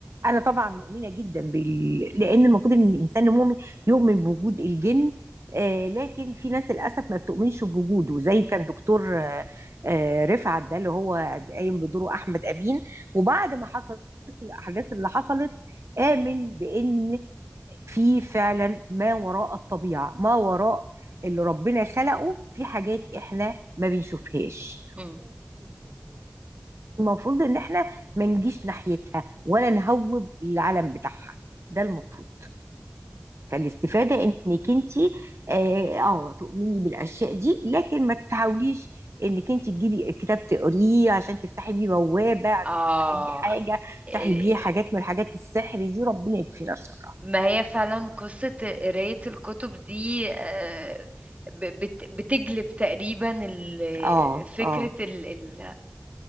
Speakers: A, on the right (about 70°); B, on the right (about 30°).
A: انا طبعا مؤمنه جدا بال... لان المفروض ان الانسان المؤمن يؤمن بوجود الجن آه، لكن في ناس للاسف ما بتؤمنش بوجوده زي كان دكتور آه، آه، رفعت ده اللي هو قايم بدوره احمد امين وبعد ما حصلت الاحداث اللي حصلت امن بان في فعلا ما وراء الطبيعه ما وراء اللي ربنا خلقه في حاجات احنا ما بنشوفهاش
B: م.
A: المفروض ان احنا ما نجيش ناحيتها ولا نهوب العلم بتاعها ده المفروض فالاستفادة انك انت اه آه، تؤمني بالاشياء دي لكن ما تحاوليش انك انت تجيبي كتاب تقريه عشان تفتحي بيه بوابة عشان
B: اه
A: تفتحي بيه حاجة
B: آه،
A: تفتحي بيه حاجات من حاجات السحر دي ربنا يكفينا الشر
B: ما هي فعلا قصة قراية الكتب دي آه، ب- بت- بتجلب تقريبا ال-
A: اه
B: فكرة
A: اه
B: ال ال